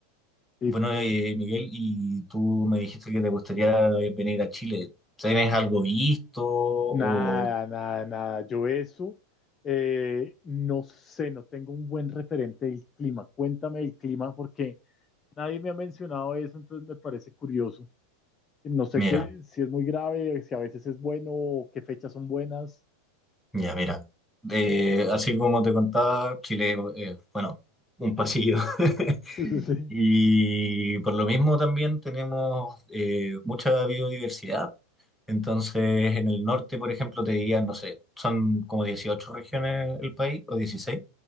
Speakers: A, on the left (about 25°); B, in the centre.
A: Y
B: Bueno, eh, Miguel, y tú me dijiste que te gustaría venir a Chile. ¿Tienes algo visto? O...
A: nada, nada, nada. Yo eso, eh, no sé, no tengo un buen referente del clima. Cuéntame del clima porque nadie me ha mencionado eso, entonces me parece curioso. No sé
B: Mira,
A: qué, si es muy grave, si a veces es bueno, o qué fechas son buenas. <laughs>
B: ya, mira. Eh, así como te contaba, Chile, eh, bueno, un pasillo. <laughs>
A: Sí, sí, sí.
B: Y por lo mismo también tenemos eh, mucha biodiversidad. Entonces, en el norte, por ejemplo, te dirían, no sé, son como 18 regiones el país, o 16.